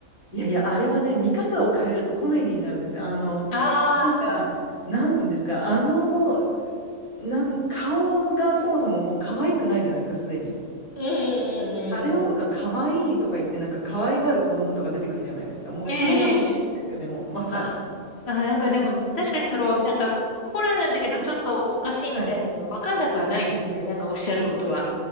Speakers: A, on the left; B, on the left.
A: いやいや、あれはね、見方を変えるとコメディになるんですよ。あの、
B: ああ、
A: なんか、なんて言うんですか、あの、なん、顔がそもそももう可愛くないじゃないですか、すでに。
B: うんうんうんうん
A: あれをなんか可愛いとか言って、なんか可愛がる子供とか出てくるじゃないですか。もうそれが本ですよね、
B: ええ
A: もうまさに。
B: あ、あ、なんかでも確かにその、なんか、ホラーなんだけど、ちょっとおかしいみたいなのはわかんなくはないですね。
A: はい。
B: なんかおっしゃることは。